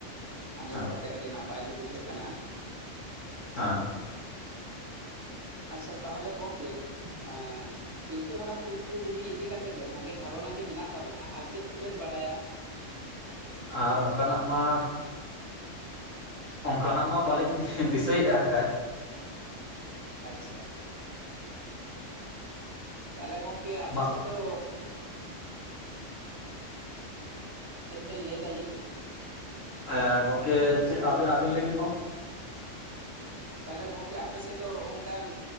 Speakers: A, on the right (about 30°); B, on the left (about 75°).
A: ᱟᱸᱡᱚᱢ
B: ᱦᱮᱸ
A: ᱠᱟᱛᱮᱜ ᱟᱹᱰᱤ ᱱᱟᱯᱟᱭ ᱜᱮ ᱵᱩᱡᱷᱟᱹᱜ ᱠᱟᱱᱟ
B: ᱦᱮᱸ
A: ᱟᱪᱪᱷᱟ ᱛᱟᱦᱞᱮ ᱜᱚᱢᱠᱮ ᱮ ᱯᱤᱞᱪᱩ ᱦᱟᱲᱟᱢ ᱯᱤᱞᱪᱩ ᱵᱩᱲᱦᱤ ᱤᱫᱤ ᱠᱟᱛᱮᱫ ᱫᱚ ᱵᱷᱟᱜᱮ ᱫᱷᱟᱨᱚᱱᱟ ᱜᱮ ᱢᱮᱱᱟᱜ ᱛᱟᱵᱮᱱᱟ ᱟᱨ ᱪᱮᱫ ᱠᱚᱵᱮᱱ ᱵᱟᱰᱟᱭᱟ <inaudible>
B: ᱟᱨ ᱚᱱᱠᱟᱱᱟᱜ ᱢᱟ ᱚᱱᱠᱟᱱᱟᱜ ᱢᱟ ᱵᱟᱹᱞᱤᱧ ᱫᱤᱥᱟᱹᱭᱮᱫᱼᱟ ᱠᱷᱟᱸᱡ
A: ᱟᱪᱪᱷᱟ ᱛᱟᱦᱚᱞᱮ ᱜᱚᱝᱠᱮ ᱟᱯᱮ
B: ᱢᱟ
A: ᱥᱮᱫ ᱫᱚ ᱪᱮᱫ ᱵᱮᱱ ᱞᱟᱹᱭ ᱫᱟ ᱞᱟᱹᱭ ᱵᱤᱱ
B: ᱦᱮᱸ ᱜᱚᱢᱠᱮ ᱪᱮᱫ ᱟᱹᱵᱤᱱᱟᱹᱵᱤᱱ ᱞᱟᱹᱭ ᱵᱤᱱ ᱢᱟ
A: ᱛᱟᱦᱞᱮ ᱜᱚᱢᱠᱮ ᱟᱯᱮ ᱥᱮᱫ ᱫᱚ ᱚᱱᱠᱟᱱ